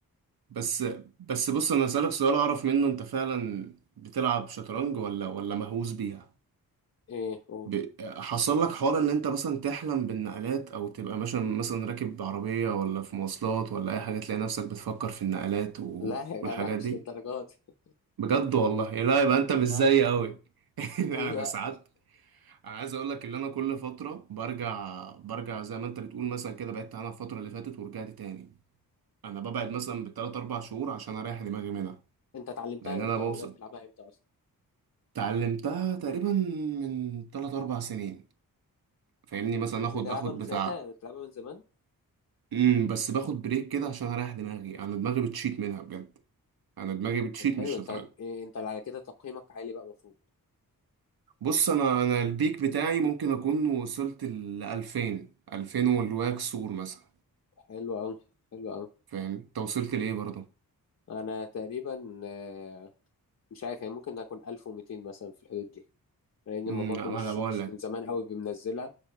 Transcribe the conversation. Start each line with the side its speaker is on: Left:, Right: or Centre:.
Right: بس بس بص انا اسالك سؤال اعرف منه انت فعلا بتلعب شطرنج ولا ولا مهووس بيها
Left: ايه قول
Right: ب... حصل لك حوار ان انت مثلا تحلم بالنقلات او تبقى مثلا مثلا راكب عربية ولا في مواصلات ولا اي حاجة تلاقي نفسك بتفكر في النقلات و...
Left: لا يا
Right: والحاجات
Left: جدع مش
Right: دي
Left: للدرجه دي
Right: بجد والله يا لا يبقى انت
Left: لا
Right: مش زيي قوي <laughs> لا
Left: لا
Right: انا ساعات انا عايز اقول لك ان انا كل فترة برجع برجع زي ما انت بتقول مثلا كده بعدت عنها الفترة اللي فاتت ورجعت تاني انا ببعد مثلا بالتلات اربع شهور عشان اريح دماغي منها
Left: انت اتعلمتها
Right: لان انا
Left: امتى
Right: بوصل
Left: ولا بدأت تلعبها امتى اصلا
Right: اتعلمتها تقريبا من تلات اربع سنين فاهمني مثلا
Left: بتلعبها
Right: اخد اخد
Left: من
Right: بتاع
Left: ساعتها يعني بتلعبها من زمان
Right: امم بس باخد بريك كده عشان اريح دماغي انا دماغي بتشيت منها بجد انا دماغي بتشيت
Left: طب حلو
Right: من الشطرنج
Left: انت إيه انت على كده تقييمك عالي بقى المفروض
Right: بص انا انا البيك بتاعي ممكن اكون وصلت ل 2000 2000 والواكسور مثلا
Left: حلو قوي حلو قوي
Right: فاهم انت وصلت لايه برضه
Left: انا تقريبا آه، مش عارف يعني ممكن اكون 1200 مثلا في الحدود دي لان
Right: امم
Left: ما برضو مش
Right: انا بقول
Left: مش
Right: لك
Left: من زمان قوي بمنزلها